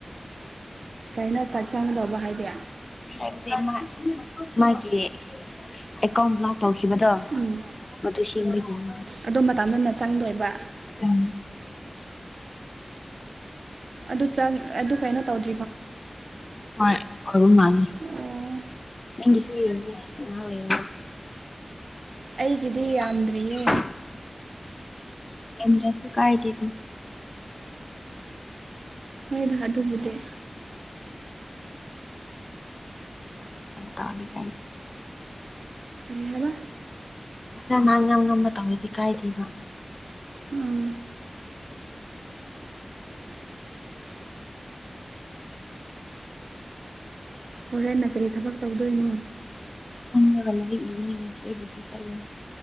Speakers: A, on the right; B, on the left.
A: ꯀꯩꯅꯣ ꯇꯥꯛꯁ ꯆꯪꯒꯗꯧꯕ ꯍꯥꯏꯗꯤ
B: ꯍꯥꯏꯕꯗꯤ ꯃꯥ ꯃꯥꯒꯤ ꯑꯦꯀꯥꯎꯟ ꯕ꯭ꯂꯣꯛ ꯇꯧꯈꯤꯕꯗꯣ
A: ꯎꯝ
B: ꯃꯗꯨ ꯁꯦꯝꯕꯒꯤꯅꯤ
A: ꯑꯗꯣ ꯃꯇꯝꯗꯅ ꯆꯪꯗꯣꯏꯕ
B: ꯎꯝ
A: ꯑꯗꯨ ꯆꯪ ꯑꯗꯨ ꯀꯩꯅꯣ ꯇꯧꯗꯦ
B: ꯍꯣꯢ ꯐꯕ ꯃꯥꯂꯦ
A: ꯑꯣ
B: ꯅꯤꯡ ꯁꯨꯏ ꯏꯦ ꯉ ꯂꯩꯕꯅꯤ
A: ꯑꯩꯒꯤꯗꯤ ꯌꯥꯝꯗ꯭ꯔꯤꯌꯦ
B: <unintelligible> ꯌꯦꯟꯗ꯭ꯔꯁꯨ ꯀꯥꯏꯗꯦꯗ
A: ꯍꯣꯏꯗ ꯑꯗꯨꯕꯨꯗꯤ
B: ꯗꯕꯅꯤ ꯀꯥꯏ <unintelligible>
A: ꯀꯔꯤ ꯍꯥꯏꯕ
B: ꯅꯪꯅ ꯉꯥꯝ ꯉꯥꯝꯕ ꯇꯧꯔꯗꯣ ꯀꯥꯏꯗꯦꯕ
A: ꯎꯝ ꯍꯣꯔꯦꯟꯅ ꯀꯔꯤ ꯊꯕꯛ ꯇꯧꯗꯣꯏꯅꯣ
B: ꯎꯒ ꯍꯅꯤ ꯉꯁꯤꯔꯤꯗꯤ ꯆꯜ <unintelligible>